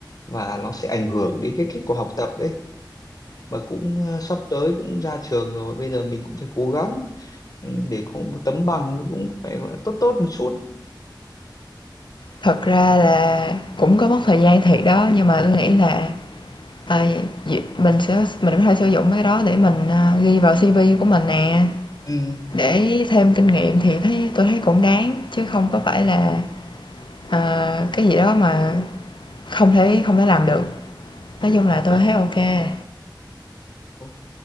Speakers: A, on the left; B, on the left.
A: và nó sẽ ảnh hưởng đến cái kết quả học tập ấy mà cũng ờ, sắp tới cũng ra trường rồi bây giờ mình cũng phải cố gắng ừ, để có một tấm bằng nó cũng phải gọi là tốt tốt một chút
B: thật ra là cũng có mất thời gian thiệt đó, nhưng mà tôi nghĩ là, ờ, việc mình sẽ mình có thể sử dụng cái đó để mình, ờ, ghi vào CV của mình nè,
A: ừ.
B: để thêm kinh nghiệm thì thấy tôi thấy cũng đáng, chứ không có phải là, ờ, cái gì đó mà không thể không thể làm được. Nói chung là tôi thấy ok kê.
A: Ok,